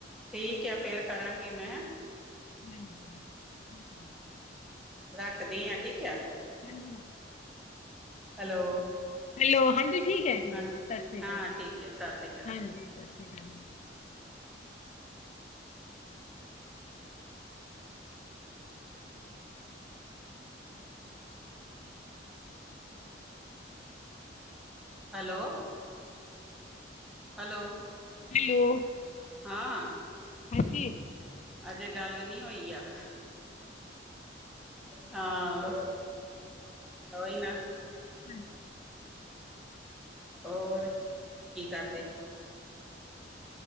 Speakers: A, in the centre; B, on the left (about 35°).
A: ਠੀਕ ਹੈ ਫੇਰ ਕਰਾਂਗੀ ਮੈਂ
B: ਹਮ <inaudible>
A: ਰੱਖਦੀ ਹਾਂ ਠੀਕ ਹੈ
B: ਹਾਂਜੀ ਹਾਂਜੀ
A: ਹੈਲੋ
B: ਹੈਲੋ ਹਾਂਜੀ ਠੀਕ ਹੈ ਜੀ,
A: ਹਾਂਜੀ
B: ਸਤਿ ਸ਼੍ਰੀ ਅਕਾਲ
A: ਹਾਂ ਠੀਕ ਹੈ ਸਤਿ ਸ਼੍ਰੀ ਅਕਾਲ
B: ਹਾਂਜੀ ਸਤਿ ਸ੍ਰੀ ਅਕਾਲ।
A: ਹੈਲੋ? ਹੈਲੋ?
B: ਹੈਲੋ?
A: ਹਾਂ।
B: ਹਾਂਜੀ।
A: ਅਜੇ ਗੱਲ ਨਹੀਂ ਹੋਈ ਆ। ਹਾਂ ਉਹੀ ਨਾ।
B: ਹਾਂ।
A: ਹੋਰ ਕੀ ਕਰਦੇ?